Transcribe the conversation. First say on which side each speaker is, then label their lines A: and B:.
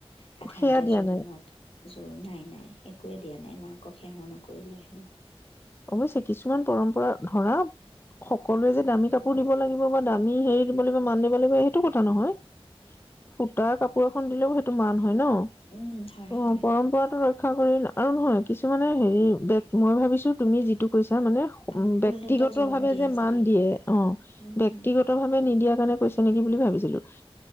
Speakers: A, on the left; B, on the left.
A: সাধাৰণতে
B: সেয়া দিয়া
A: জোৰোণত
B: নাই
A: জোৰণ নাই নাই এ একোৱে দিয়া নাই মাকক সেৱাও নকৰিলে হেনো।
B: অৱশ্যে কিছুমান পৰম্পৰা ধৰা সকলোৱে যে দামী কাপোৰ দিব লাগিব বা দামী হেৰি দিব লাগিব মান দিব লাগিব সেইটো কথা নহয় সুতাৰ কাপোৰ এখন দিলেও সেইটো মান হয় ন'
A: অঁ হয়
B: অ',
A: হয়
B: পৰম্পৰাটো ৰ ৰক্ষা কৰি আৰু নহয় কিছুমানে হেৰি বে মই ভাবিছো তুমি যিটো কৈছ ছাৰ মানে
A: অ
B: ব্যক্তিগতভাৱে
A: ওলোটা জোৰোণ দিয়ে
B: যে মান দিয়ে অ',
A: উম
B: ব্যক্তিগতভাৱে
A: উম
B: নিদিয়াৰ কাৰণে কৈছে নেকি বুলি ভাবিছিলো